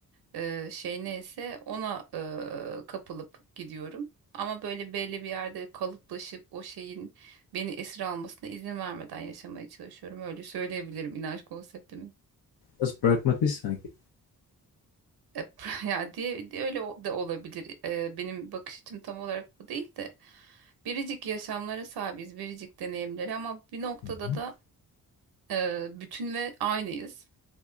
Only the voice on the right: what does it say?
eee, şey neyse ona eee, kapılıp gidiyorum. Ama böyle belli bir yerde kalıplaşıp o şeyin beni esir almasına izin vermeden yaşamaya çalışıyorum. Öyle söyleyebilirim inanç konseptimi.
E, <laughs> Ya diye diye öyle o- da olabilir. E, benim bakış açım tam olarak bu değil de biricik yaşamlara sahibiz, biricik deneyimlere ama bir noktada
da e, bütün ve aynıyız.